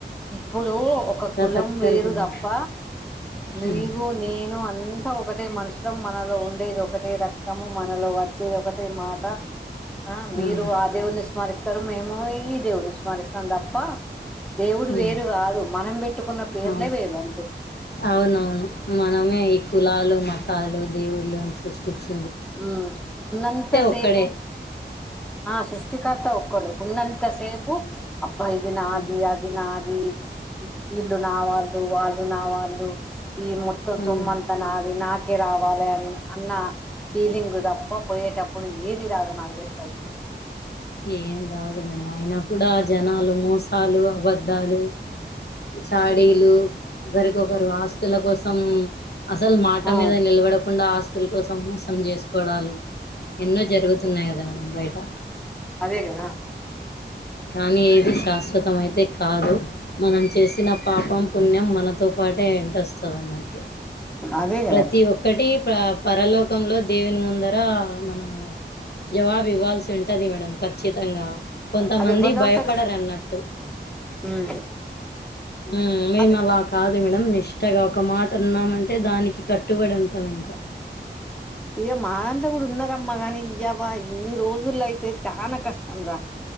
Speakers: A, in the centre; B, on the left.
A: ఇప్పుడు ఒక
B: ప్రతి
A: కులం
B: ఒక్కరికి
A: వేరు
B: ఉంది.
A: తప్ప నీవు
B: ఉమ్,
A: నేను అంత ఒకటే మనుషులం మనలో ఉండేది ఒకటే రక్తము మనలో వచ్చేది ఒకటే మాట ఆ మీరు
B: ఉమ్,
A: ఆ దేవుని స్మరిస్తారు మేము ఈ దేవుడిని స్మరిస్తాం తప్ప దేవుడు
B: ఉమ్,
A: వేరు కాదు మనం పెట్టుకున్న పేర్లే
B: అవును.
A: వేరు అంతే
B: అవునవును మనమే ఈ కులాలు మతాలు దేవుళ్ళని సృష్టించి
A: ఉమ్ ఉన్నంతా సేపు
B: ఒక్కడే
A: ఆ సృష్టి కర్త ఒక్కరే ఉన్నంత సేపు అబ్బా ఇది నాది
B: ఉమ్,
A: అది నాది ఈ వీళ్ళు నావాళ్ళు వాళ్ళు నావాళ్ళు ఈ మొత్తం సొమ్మంతా
B: ఉమ్,
A: నాది నా కే రావాలి అ అన్నా ఫీలింగ్ తప్ప పోయేటప్పుడు ఏది రాదు నాకు తెలిసి అయితే
B: ఏం రాదు మేడం అయినా కూడా జనాలు మోసాలు అబద్ధాలు చాడీలు ఒకరికొకరు ఆస్తుల కోసం అసలు మాట
A: ఆ
B: మీద నిలబడకుండా ఆస్తు అస్తుల కోసం మోసం చేసుకోవడాలు ఎన్నో జరుగుతున్నాయి కదా మేడం బయట
A: అదే కదా
B: కానీ ఏది శాశ్వతం అయితే కాదు మనం చేసిన పాపం పుణ్యం మనతో పాటే వెంట వస్తది అన్నట్టు
A: అదే
B: ప్రతి
A: కదా
B: ఒక్కటి ప్ర పరలోకంలో దేవుని ముందర మనము జవాబు ఇవ్వాల్సి ఉంటది మేడం ఖచ్చితంగా కొంతమంది
A: అది ఎవరి దాంట్లో
B: భయపడరన్నట్టు
A: ఉమ్
B: ఉమ్ మేము
A: అదే
B: అలా కాదు మేడం ఇష్టగా ఒక మాట అన్నామంటే అంటే దానికి కట్టుబడి ఉంటాం ఇంకా
A: ఇక మా దాంట్లో కూడా ఉన్నారమ్మా కాగాని ఇవా ఈ రోజుల్లో అయితే చాలా కష్టం రా